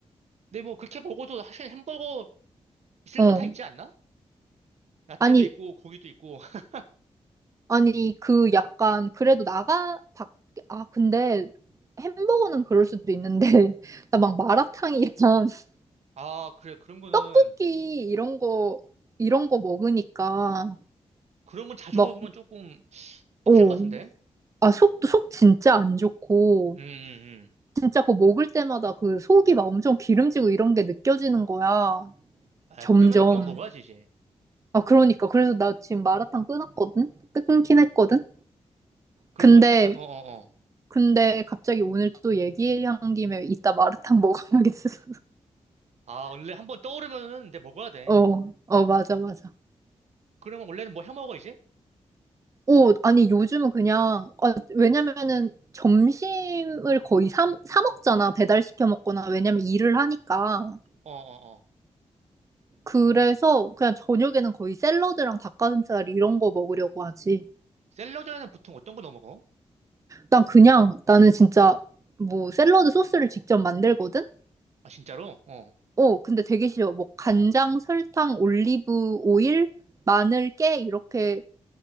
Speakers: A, on the right; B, on the right.
A: 근데 뭐 그렇게 먹어도 사실 햄버거 있을
B: 어.
A: 거 다 있지 않나? 야채도
B: 아니,
A: 있고 고기도 있고. <laughs>
B: 아니, 그 약간 그래도 나가 밖 아 근데 햄버거는 그럴 수도 있는데 <laughs> 나 막 마라탕이랑 <laughs>
A: 아, 그래. 그런 거는
B: 떡볶이 이런 거 이런 거 먹으니까
A: 그런 건 자주
B: 막
A: 먹으면 조금 빡셀
B: 오.
A: 것 같은데.
B: 아, 속, 속 진짜 안 좋고,
A: 음, 음, 음.
B: 진짜 그거 먹을 때마다 그 속이 막 엄청 기름지고 이런 게 느껴지는 거야.
A: 아,
B: 점점.
A: 그러면은 그만 먹어야지 이제.
B: 아, 그러니까. 그래서 나 지금 마라탕 끊었거든? 끊긴 했거든?
A: 그럼
B: 근데
A: 뭐 최근 어, 어, 어.
B: 근데 갑자기 오늘 또 얘기한 김에 이따 마라탕 <laughs> 먹어야겠어.
A: 아, 원래 한번 떠오르면은 이제 먹어야 돼.
B: 어, 어, 맞아, 맞아.
A: 그러면 원래는 뭐 해 먹어 이제?
B: 오, 아니, 요즘은 그냥, 아, 왜냐면은 점심을 거의 사, 사 먹잖아. 배달시켜 먹거나, 왜냐면 일을 하니까.
A: 어, 어, 어.
B: 그래서 그냥 저녁에는 거의 샐러드랑 닭가슴살 이런 거 먹으려고 하지.
A: 샐러드에는 보통 어떤 거 넣어 먹어?
B: 난 그냥, 나는 진짜 뭐 샐러드 소스를 직접 만들거든?
A: 아, 진짜로? 어.
B: 어, 근데 되게 쉬워. 뭐 간장, 설탕, 올리브 오일, 마늘, 깨 이렇게